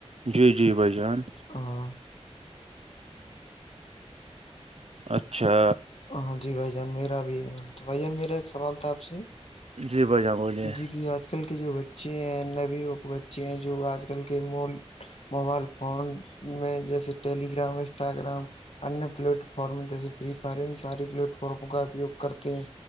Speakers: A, on the right; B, on the left.
A: جی جی بھائی جان
B: ہاں
A: اچھا
B: ہاں جی بھ جان میرا بھی تو بھ جان میرا ایک سوال تھا آپ سے
A: جی بھائی جان بولیے
B: جی ج آج کل آج کل کے جو بچے ہیں نبی بچے ہیں جو آج کل کے م موبائل فون میں جیسے ٹیلیگرام انسٹاگرام انیہ پلیٹ فارم جیسے پرری فائر ان سے پلیٹ فارموں کا اپیوگ کرتے ہیں